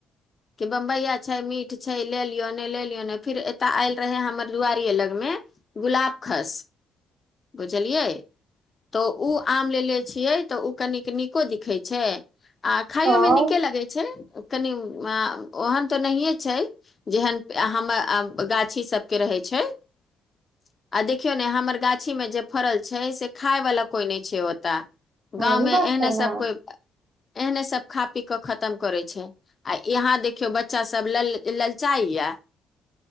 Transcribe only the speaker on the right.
तब
वही
बात छै
न